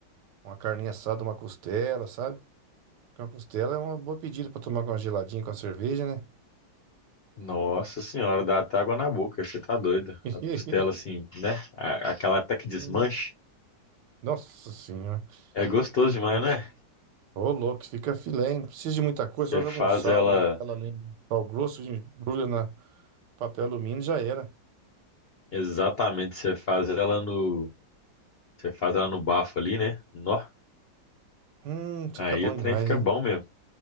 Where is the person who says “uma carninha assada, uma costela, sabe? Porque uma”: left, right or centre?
Right